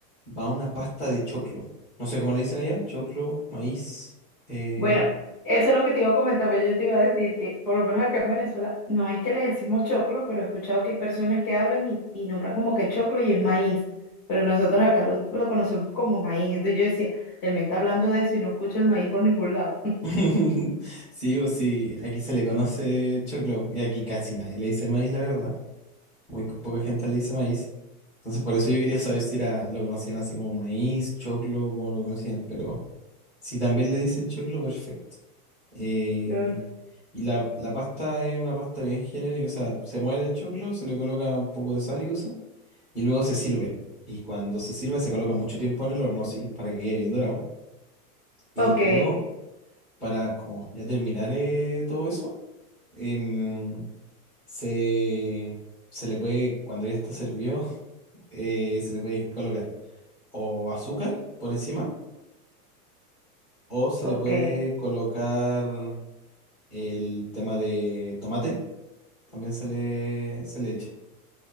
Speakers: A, in the centre; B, on the left.
A: va una pasta de choclo. No sé cómo le dicen allá, choclo, maíz. eh,
B: Bueno, eso es lo que te iba a comentar, pero yo te iba a decir que por lo menos acá en Venezuela no es que le decimos choclo, pero he escuchado que hay personas que hablan y, y nombran como que choclo y es maíz, pero nosotros acá lo, lo conocemos como maíz. Entonces yo decía, él me está hablando de eso y no escucho el maíz por ningún lado.
A: <laughs> Sí o sí, aquí se le conoce choclo y aquí casi nadie le dice maíz, la verdad. Muy co- poca gente le dice maíz. Entonces por eso yo quería saber si era lo conocían así como maíz, choclo, cómo lo conocían, pero si también le dicen choclo, perfecto. Eh,
B: <laughs> Yo,
A: y la, la pasta es una pasta bien genérica, o sea, se muele el choclo, se le coloca un poco de sal y cosas. y luego se sirve. Y cuando se sirve se coloca mucho tiempo en el horno, sí, para que quede bien dorado. Y
B: Ok,
A: luego, para como ya terminar eh, todo eso, em, se, se le puede, cuando ya está servido, <laughs> eh, se le puede colocar o azúcar por encima o se
B: ok.
A: le puede colocar el tema de tomate, también se le, se le echa.